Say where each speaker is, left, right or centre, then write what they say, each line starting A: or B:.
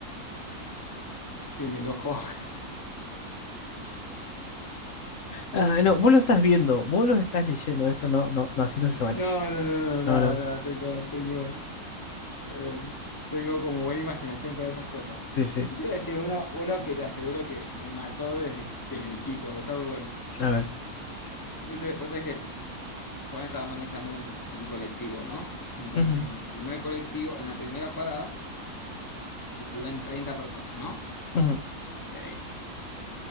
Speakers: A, on the left; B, on the left.
A: Tiene el ojo. <laughs>
B: Ah, no, vos lo estás viendo, vos lo estás leyendo. Esto no, no, no, así no se vale.
A: No, no, no, no,
B: No,
A: nada,
B: no,
A: nada, tengo, tengo, eh, tengo como buena imaginación para esas cosas.
B: sí, sí.
A: Yo te voy a decir uno, uno que te aseguro que me mató desde, desde chico, está muy bueno.
B: A ver.
A: Dice, Vos sabés que Juan estaba manejando un, un colectivo, ¿no? Entonces,
B: Ujú,
A: en el primer colectivo, en la primera parada, se suben 30 personas, ¿no?
B: ujú.
A: Derecho.